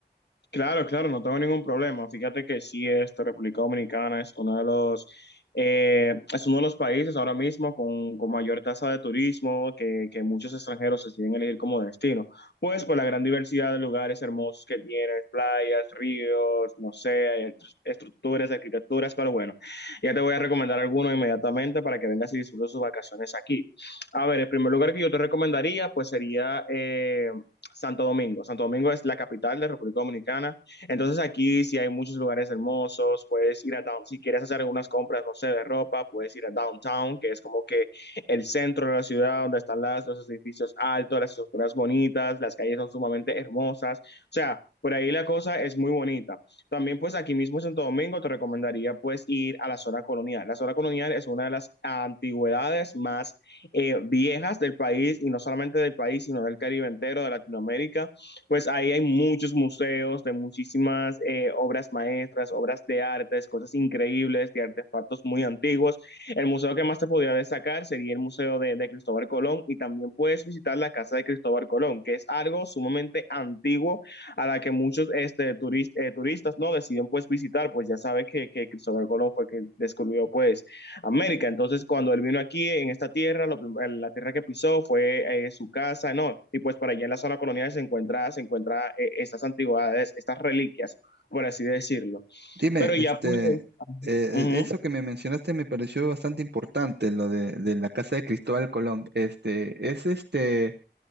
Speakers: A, on the left; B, on the right.
A: Claro, claro, no tengo ningún problema. Fíjate que sí, esta República Dominicana es uno de los, eh, es uno de los países ahora mismo con, con mayor tasa de turismo que, que muchos extranjeros deciden elegir como destino. Pues por la gran diversidad de lugares hermosos que tiene, playas, ríos, no sé, est- estructuras, arquitecturas, pero bueno, ya te voy a recomendar alguno inmediatamente para que vengas y disfrutes sus vacaciones aquí. A ver, el primer lugar que yo te recomendaría, pues sería... eh, Santo Domingo. Santo Domingo es la capital de República Dominicana. Entonces aquí sí hay muchos lugares hermosos, puedes ir a downtown, si quieres hacer algunas compras, no sé, de ropa, puedes ir a downtown, que es como que el centro de la ciudad donde están las, los edificios altos, las estructuras bonitas, las calles son sumamente hermosas. O sea, por ahí la cosa es muy bonita. También pues aquí mismo en Santo Domingo te recomendaría pues ir a la zona colonial. La zona colonial es una de las antigüedades más eh, viejas del país y no solamente del país, sino del Caribe entero, de Latinoamérica, pues ahí hay muchos museos de muchísimas eh, obras maestras, obras de artes, cosas increíbles, de artefactos muy antiguos. El museo que más te podría destacar sería el Museo de, de Cristóbal Colón y también puedes visitar la Casa de Cristóbal Colón, que es algo sumamente antiguo a la que muchos este, turist, eh, turistas no deciden pues visitar, pues ya sabes que, que Cristóbal Colón fue que descubrió pues América. Entonces, cuando él vino aquí en esta tierra, lo, la tierra que pisó fue eh, su casa, ¿no? Y pues por allá en la zona colonial se encuentra, se encuentra eh, estas antigüedades, estas reliquias, por así decirlo.
B: Dime,
A: Pero
B: este,
A: ya pues,
B: eh,
A: uh -huh,
B: e, eso que me mencionaste me pareció bastante importante, lo de, de la casa de Cristóbal Colón. Este, ¿es este,